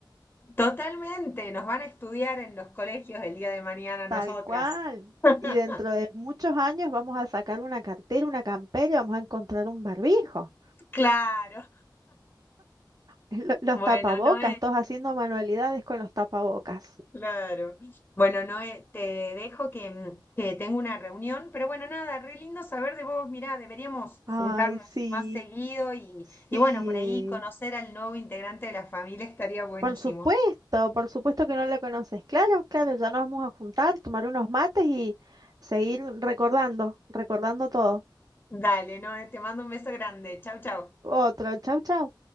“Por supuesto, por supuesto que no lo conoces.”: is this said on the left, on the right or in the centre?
Right